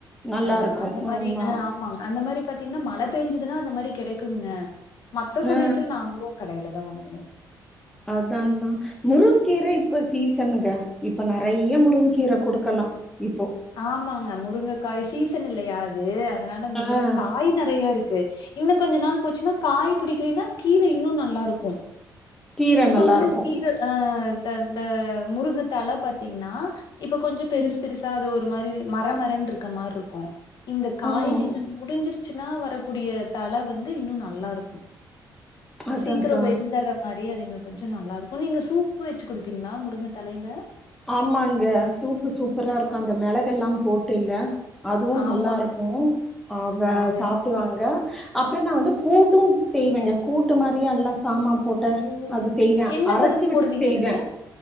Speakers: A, in the centre; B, on the left.
A: நல்லா
B: ஆ
A: இருக்கும்.
B: அந்த மாரி
A: ஆமா.
B: ஆ ஆமாங்க அந்த மாரி பாத்தீங்னா மழ பேஞ்சுதுனா அ மாரி கெடைக்கூங்க மத்த சமயத்தில
A: ஆ
B: நாங்களூ கடையில தா வாங்குவோ
A: அதா அதா முருங்க்கீர இப்ப சீசனுங்க இப்ப நறைய முருங்க்கீர குடுக்லா இப்போ
B: ஆமாங்க முருங்கக்காய் சீசன் இல்லையா அது தனால முருங்க
A: ஆ.
B: காய் நறைய இருக் கு இன்னூ கொஞ்ச நாள் போச்சுன்னா காய் புடிக்கலன்னா கீர இன்னூ நல்லாருக்கூ
A: கீர
B: இப்ப
A: நல்லா
B: வந்து
A: இருக்கு
B: கீர ஆ இந்தந்த முருங்க தழ பாத்தீங்னா த இப்ப கொஞ்சொ பெருசு
A: ம்
B: பெருசா அது ஒரு ஒரு மாரி மரமரன்றுக்க மாரி இருக்கூ இந்த காய்
A: ம் ம்
B: சீசன் முடிஞ்சிருச் ச்சுனா வரக்கூடிய தழ வந்து இன்னூ நல்லாருக்
A: அதா
B: சீக்கரோ
A: அதா
B: வெந்தர்ர மாரி அது இன்னு கொஞ்சொ நல்லாருக்கூ நீங்க சூப்பு வச்சு குடுப்பீங்களா முருங்க தழையில
A: ஆமாங்க சூப்பு சூப்பராருக்கூ அந்த மெளக் எல்லா போட்டுல்ல அதுவூ
B: ஆமாங்க.
A: நல்லாருக்கூ ஆக
B: நாங்க
A: சாப்டுவாங்க அப்றோ நா வந்து கூட்டூ செய்வேங்க கூட்டு மாறியே எல்லா சாமா போட்டு
B: ஓ!
A: அது செய்வே
B: என்ன
A: அரச்சு
B: பருப்பு
A: விட்டு
B: போடுவீங்க
A: செய்வே
B: அதுக்கு?